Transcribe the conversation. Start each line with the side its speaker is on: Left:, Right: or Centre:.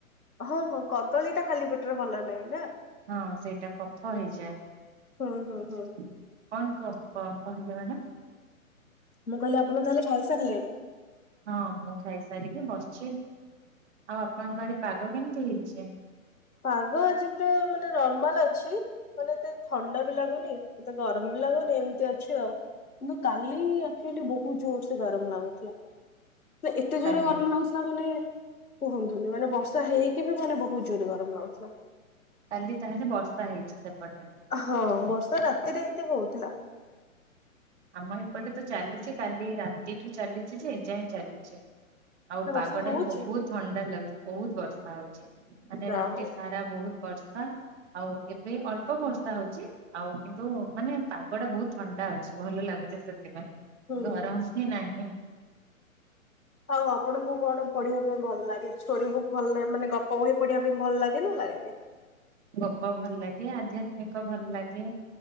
Left: ହଁ ହଁ କଦଳୀ ଟା ଖାଲି ପେଟରେ ଭଲ ନାହିଁ ନା।
Right: ହଁ ସେଇଟା କଫ ହେଇଯାଏ।
Left: ହୁଁ ହୁଁ ହୁଁ
Right: କଣ <unintelligible> କହିଲେ ମ୍ୟାଡ଼ାମ।
Left: ମୁଁ କହିଲି ଆପଣ ତାହେଲେ ଖାଇ ସାରିଲେଣି।
Right: ହଁ ମୁଁ ଖାଇସାରିକି ବସିଛି। ଆଉ ଆପଣଙ୍କ ଆଡେ ପାଗ କେମିତି ହେଇଛି।
Left: ପାଗ ଆଜି ପୁରା ମାନେ ନର୍ମାଲ ଅଛି। ମନେ ଏତେ ଥଣ୍ଡା ବି ଲାଗୁନି ଏତେ ଗରମ ବି ଲାଗୁନି ଏମିତି ଅଛି ଆଉ। କିନ୍ତୁ କାଲି ଆଚୁଆଲି ବହୁତ ଜୋର ସେ ଗରମ ଲାଗୁଥିଲା। ତ ଏତେ ଜୋରରେ
Right: କାଲି
Left: ଗରମ ଲାଗୁଥିଲା। ମାନେ କୁହନ୍ତୁନି, ମାନେ ବର୍ଷା ହେଇକି ବି ମାନେ ବହୁତ ଜୋରେ ଗରମ। <unintelligible>
Right: କାଲି ତାହେଲେ ବର୍ଷା ହେଇଛି ସେପଟେ।
Left: ହଁ, ବର୍ଷା ରାତିରେ ଏମତି ହଉଥିଲା।
Right: ଆମ ଏପଟେ ତ ଚାଲିଛି। କାଲି ରାତିଠୁ ଚାଲିଛି ଯେ ଯାଏଁ ଚାଲିଛି। ଆଉ
Left: ନା ବର୍ଷା
Right: ପାଗ
Left: ହଉଛି
Right: ଟା ବି ବହୁତ ଥଣ୍ଡା ଲାଗୁଛି। ବହୁତ ବର୍ଷା ହଉଛି ମାନେ
Left: ଯା
Right: ରାତି
Left: ହଉ
Right: ସାରା ବହୁତ ବର୍ଷା। ଆଉ ଏବେ ଅଳ୍ପ ବର୍ଷା ହଉଛି। ଆଉ କିନ୍ତୁ, ମାନେ ପାଗ ଟା ବହୁତ ଥଣ୍ଡା ଅଛି। ଭଲ ଲାଗୁଚେ ସେଥିପାଇଁ,
Left: ହୁଁ।
Right: ଗରମ ହିଁ ନାହିଁ।
Left: ଆଉ ଆପଣଙ୍କୁ କଣ ପଢିବା ପାଇଁ ଭଲ ଲାଗେ। ଷ୍ଟୋରି ବୁକ୍ ଭଲ ଲାଗେ, ମାନେ ଗପ କହି ପଢିବା ପାଇଁ ଭଲ ଲାଗେ ନା ଲାଗେନି?
Right: ଗପ ଭଲ ଲାଗେ, ଆଧ୍ୟାତ୍ମିକ ଭଲ ଲାଗେ,